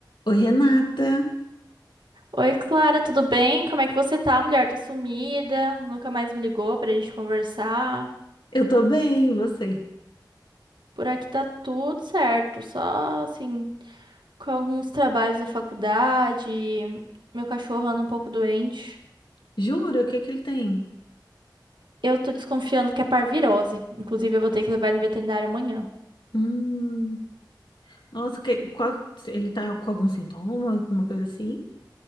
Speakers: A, on the left; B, on the right.
A: Oi, Renata.
B: Oi, Clara, tudo bem? Como é que você tá? Mulher tá sumida, nunca mais me ligou pra gente conversar.
A: Eu tô bem, e você?
B: Por aqui tá tudo certo, só assim, com alguns trabalhos da faculdade, meu cachorro anda um pouco doente.
A: Jura? O que que ele tem?
B: Eu tô desconfiando que é parvirose, inclusive eu vou ter que levar ele no veterinário amanhã.
A: Hum, nossa, que, qual, ele tá com algum sintoma, alguma coisa assim?